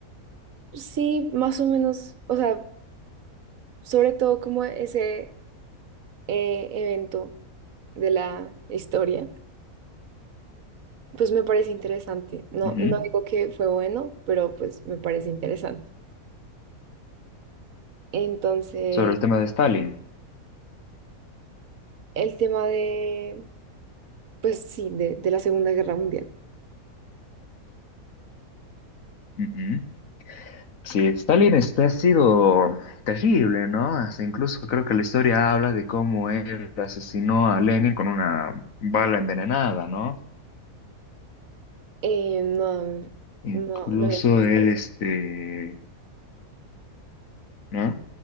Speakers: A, on the right (about 65°); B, on the left (about 65°).
A: Sí, más o menos, o sea, sobre todo como ese eh, evento de la historia, pues me parece interesante. No,
B: Ujú.
A: no digo que fue bueno, pero pues me parece interesante. Entonces,
B: Sobre el tema de Stalin.
A: el tema de, pues sí, de, de la Segunda Guerra Mundial.
B: Ujú. Sí, Stalin este ha sido terrible, ¿no? Hasta incluso creo que la historia habla de cómo él asesinó a Lenin con una bala envenenada, ¿no?
A: Eh, no,
B: Incluso
A: no, no había escuchado
B: él,
A: eso.
B: este, ¿no?